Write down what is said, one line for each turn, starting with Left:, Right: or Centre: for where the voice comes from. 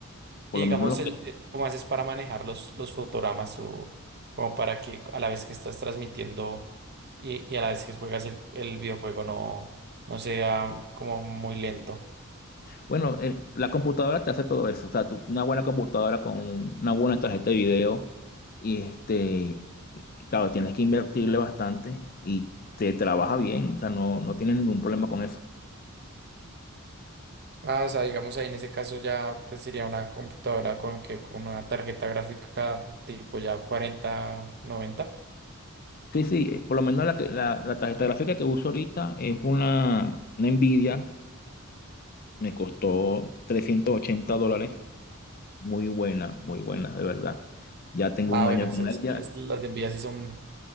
Left: Por
Right: Y
Left: lo
Right: digamos,
Left: menos lo que
Right: el, el- ¿cómo haces para manejar los, los fotogramas o como para que a la vez que estás transmitiendo y, y a la vez que juegas el, el videojuego no, no sea como muy lento?
Left: Bueno, eh, la computadora te hace todo eso. O sea, tú- una buena computadora con una buena tarjeta de video. Y este, claro, tienes que invertirle bastante y te trabaja bien. O sea, no, no tienes ningún problema con eso.
Right: Ah, o sea, digamos ahí en ese caso ya pues, sería una computadora con que con una tarjeta gráfica tipo ya 4090.
Left: Sí, sí, eh, por lo menos la, que- la, la tarjeta gráfica que uso ahorita es una, una Nvidia. Me costó 380 dólares. Muy buena, muy buena, de verdad. Ya tengo
Right: Ah,
Left: un
Right: bueno,
Left: año
Right: esas,
Left: con ella.
Right: las, las de Nvidia sí son,